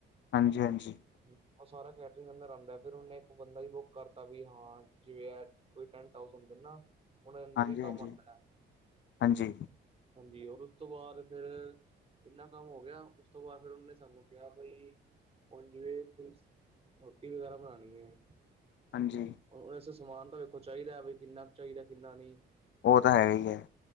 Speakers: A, on the left; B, on the right.
A: ਹਾਂਜੀ-ਹਾਂਜੀ।
B: ਉਹ ਸਾਰਾ, ਕੈਟਰਿੰਗ ਅੰਦਰ ਆਉਂਦਾ, ਫੇਰ ਉਹਨੇ ਇੱਕ ਬੰਦਾ ਹੀ ਬੁੱਕ ਕਰਤਾ ਵੀ ਹਾਂ, ਜਿਵੇਂ ਹੈ। ਕੋਈ ਟੈਂਟ ਹਾਊਸ ਹੁੰਦੇ ਨਾ, ਉਹਨਾਂ ਦੇ, ਅੰਦਰ
A: ਹਾਂਜੀ-ਹਾਂਜੀ,
B: ਹੀ ਕੰਮ ਆਉਂਦਾ
A: ਹਾਂਜੀ,
B: ਹੈ।
A: ਹਾਂਜੀ ਹਾਂਜੀ
B: ਹਾਂਜੀ, ਔਰ ਉਸ ਤੋਂ ਬਾਅਦ ਫੇਰ ਇੰਨਾ ਕੰਮ ਹੋ ਗਿਆ, ਉਸ ਤੋਂ ਬਾਅਦ, ਫਿਰ ਉਹਨਾਂ ਸਾਨੂੰ ਕਿਹਾ, ਬਈ ਪੰਜਵੇਂ ਕੁਈ ਰੋਟੀ ਵਗੈਰਾ ਬਣਾਉਣੀ ਏ।
A: ਹਾਂਜੀ।
B: ਵੈਸੇ ਸਮਾਨ ਤਾਂ ਵੇਖੋ ਚਾਹੀਦਾ, ਬ ਕਿੰਨਾ ਕੁ ਚਾਹੀਦਾ ਕਿੰਨਾ ਨਹੀਂ।
A: ਉਹ, ਤਾਂ ਹੈ ਹੀ ਹੈ।